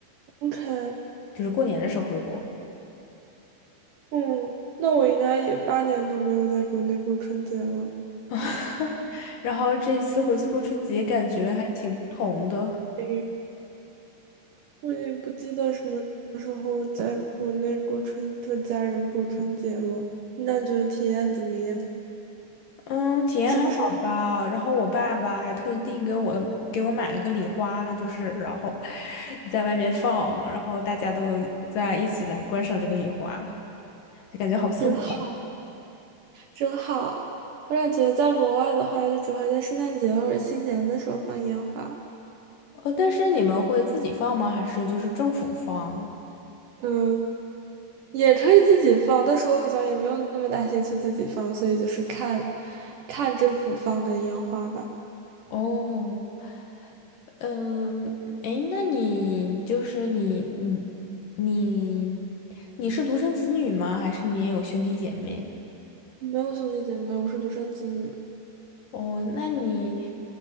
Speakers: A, on the right; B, on the left.
A: OK，嗯，
B: 就是过年的时候回国。
A: 嗯那我应该也八年都没有在国内过春节了。
B: <laughs> 然后这一次回去过春节，感觉还挺不同的。
A: 没我也不记得什么时候在国内过春和家人过春节了。你感觉体验怎么样？
B: 嗯，体验还好吧。
A: 是不是
B: 然后我爸爸还特地给我的给我买了个礼花，就是然后 <laughs> 在外面放，然后大家都在一起来观赏这个礼花，就感觉好幸福啊
A: 真好？真好！我感觉在国外的话，就只会在圣诞节或者新年的时候放烟花。
B: 呃，但是你们会自己放吗？还是就是政府放？
A: 嗯，也可以自己放，但是我好像也没有那么大兴趣自己放，所以就是看，看政府放的烟花吧。
B: 哦，嗯，诶，那你就是你你你你是独生子女吗？还是你也有兄弟姐妹？
A: 没有兄弟姐妹，我是独生子女。
B: 哦，那你